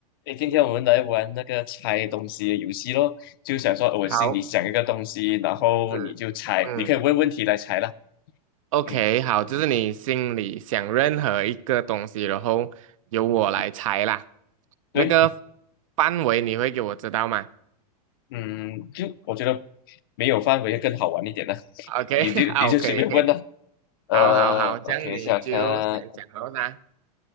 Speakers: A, on the left (about 35°); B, on the right (about 60°).
A: 诶，今天我们来玩那个猜东西的游戏咯，就想说我心里想一个东西，
B: 好，
A: 然后你就猜，
B: 是，嗯
A: 你可以问问题来猜啦。
B: ，OK，
A: 嗯
B: 好，就是你心里想任何一个东西，然后由我来猜啦。
A: 嗯，对，
B: 那个范围你会给我知道吗
A: 嗯，就我觉得没有范围更好玩一点了，
B: ？OK，
A: 你就你就随便问了。
B: <laughs> o k 以，可以，
A: 呃，OK，
B: 好好好，这样你就想讲了啦。
A: 下看，